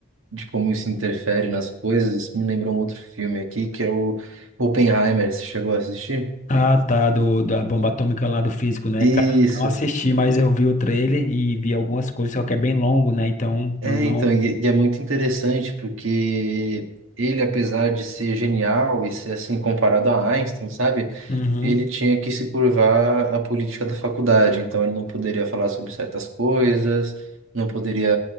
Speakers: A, on the right; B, on the left.
A: de como isso interfere nas coisas, isso me lembrou um outro filme aqui, que é o Oppenheimer. Você chegou a assistir?
B: Ah, tá, do, da bomba atômica lá do físico, né?
A: Isso.
B: Cara, eu não assisti, mas eu vi o trailer e vi algumas coisas, só que é bem longo, né? Então,
A: É,
B: eu não...
A: então, e, e é muito interessante porque ele, apesar de ser genial e ser assim comparado a Einstein, sabe?
B: Uhum.
A: Ele tinha que se curvar à política da faculdade, então ele não poderia falar sobre certas coisas, não poderia